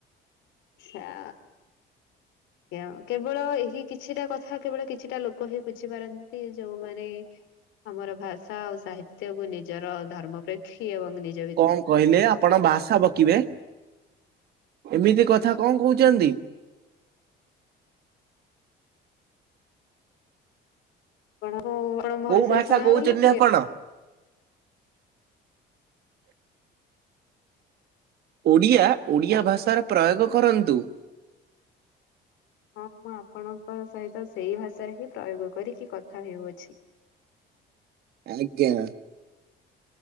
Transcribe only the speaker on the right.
କଣ କହିଲେ ଆପଣ ଭାଷା ବକିବେ ଏମିତି କଥା କଣ କହୁଛନ୍ତି।
କୋଉ ଭାଷା
କହୁଛନ୍ତି
ଆପଣ? ଓଡିଆ ଓଡିଆ ଭାଷାର ପ୍ରୟୋଗ କରନ୍ତୁ।
ଆଜ୍ଞା।